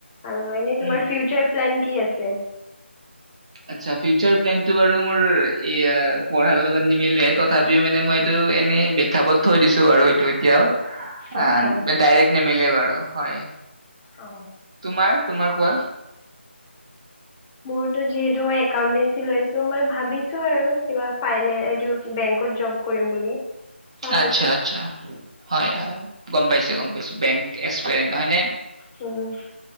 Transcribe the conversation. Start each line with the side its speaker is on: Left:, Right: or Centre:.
Left: আৰু এনেই
Right: উম,
Left: তোমাৰ ফিউচাৰ প্লেন কি আছে
Right: আচ্ছা ফিউচাৰ প্লেনটো বাৰু মোৰ এয়া পঢ়াৰ লগত নিমিলে তথাপিও মানে মই এইটো এনে বিখ্যাপত থৈ দিছো আৰুটো এতিয়াও
Left: আচ্ছা
Right: আঃ ডাইৰেক্ট নিমিলে বাৰু, হয়, '-
Left: অ
Right: তোমাৰ-তোমাৰ কোৱা?
Left: মোৰতো যিহেতু মই একাউন্টেঞ্চি লৈছো মই ভাবিছো আৰু, কিবা ফাইনে এইটো বেংকত, জব কৰিম বুলি। চাওঁ
Right: আচ্ছা-
Left: এতিয়া
Right: আচ্ছা, হয়- হয় গম পাইছো, গম পাইছো বেংক এক্সপেন হয়নে?
Left: উম',